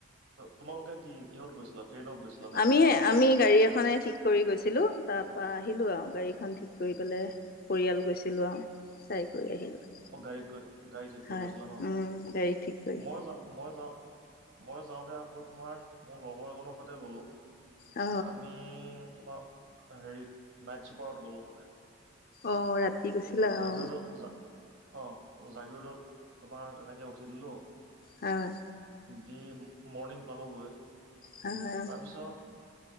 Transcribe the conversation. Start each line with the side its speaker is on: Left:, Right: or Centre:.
Right: তোমালোকে কি কিহত গৈছিলা? ট্ৰেইনত গৈছিলা! নে
Left: আমি
Right: কি
Left: এয়া আমি গাড়ী এখনে ঠিক কৰি গৈছিলো। তাৰ পৰা আহিলো আৰু গাড়ীখন ঠিক কৰি পেলাই পৰিয়াল গৈছিলো আৰু, চাই কৰি আহিলো।
Right: অ, গাড়ীত গৈ জগাড়ী ঠিক
Left: হয়
Right: কৰি গৈছিলা ন!
Left: উম গাড়ী ঠিক কৰি
Right: মই যাও, মই যাওঁ মই যাওঁতে আকৌ তোমাৰ, মোৰ লগৰ এজনৰ সৈতে গ'লো।
Left: অ
Right: আমি তোমাৰ হেৰিত নাইট চুপাৰত গ'লো মানে।
Left: অহ, ৰাতি! গৈছিলা
Right: এয়া জাগিৰোডত,
Left: অ
Right: অহ, জাগিৰোডত তোমাৰ তেনেকে উঠি দিলো।
Left: হয়।
Right: দি মৰ্ণিং পালোগৈ। তাৰপিছত
Left: হয় হয়, অ,